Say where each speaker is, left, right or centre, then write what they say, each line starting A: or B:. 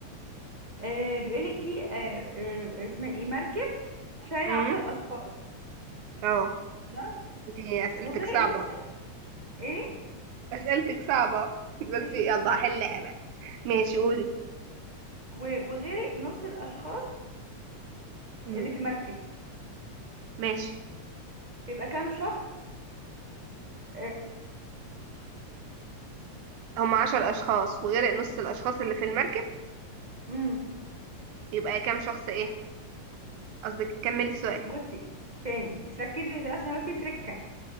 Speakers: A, on the right; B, on the right.
A: آه بيقول لك في آه آه اسمها ايه مركب شايل
B: مم.
A: عشر اشخاص
B: اه
A: خلاص
B: انت اسئلتك
A: وغرق
B: صعبة
A: نص ايه
B: اسئلتك صعبة <laughs> بس
A: ماشي
B: يلا
A: وغ-
B: هحلها بقى ماشي قولي
A: و- وغرق نص الاشخاص
B: امم
A: اللي في المركب
B: ماشي
A: بيبقى كام شخص آه
B: هم عشر اشخاص وغير نص الاشخاص اللي في المركب
A: امم
B: يبقى كام شخص ايه قصدك كملي السؤال
A: بصي تاني بس ركزي عشان هو في تركة